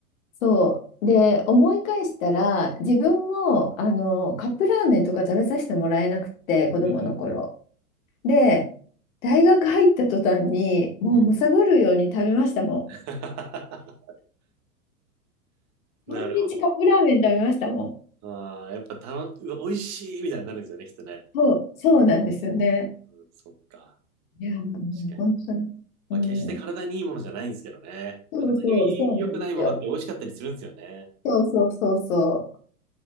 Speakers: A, on the left; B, on the right.
A: そう。で、思い返したら、自分も、あの、カップラーメンとか食べさせてもらえなくて、子供の頃。
B: うんうんうん
A: で、大学入った途端に、もう貪るように食べましたもん。
B: うん <laughs> なるほど。
A: 毎日カップラーメン食べましたもん。
B: ああ、やっぱ楽、うわ美味しいみたいになるんですよね、きっとね。
A: そう、そうなんですよね。
B: うん、そっか。
A: いや、もう本当に。
B: 確かに。まあ、
A: うん。
B: 決して体にいいものじゃないんですけどね。
A: そうそう、
B: 体に良くないものって美味しかったりするんですよね。
A: そうなんですよ。そうそうそうそ